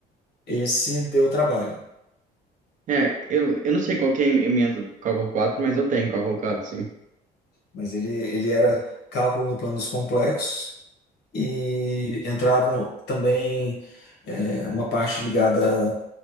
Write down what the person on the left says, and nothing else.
Esse deu trabalho,
mas ele, ele era cálculo no plano dos complexos e entravam também é, uma parte ligada